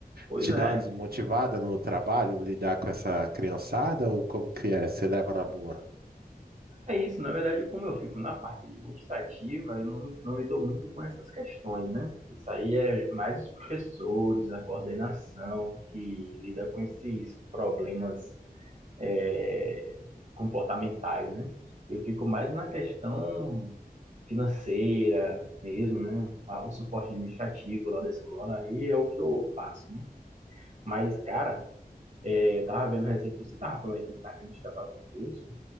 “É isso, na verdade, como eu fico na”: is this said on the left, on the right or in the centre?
Right